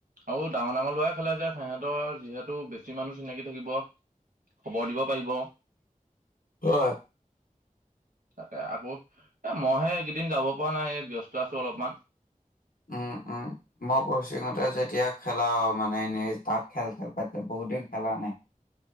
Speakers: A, on the right (about 75°); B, on the left (about 80°).
A: আৰু ডাঙৰ ডাঙৰ লৰায়ে খেলে যে, সিহঁতৰ যিহেতু বেছি মানুহ চিনাকি থাকিব। খবৰ দিব পাৰিব।
B: হয়।
A: তাকে আকৌ এ মইহে এইকেইদিন যাব পৰা নাই ব্যস্ত আছো অলপমান।
B: উম উম মই কচিঙতে যেতিয়া খেলা মানে এনেই তাত খেল-খেল পাতিলে বহুত দিন খেলা নাই।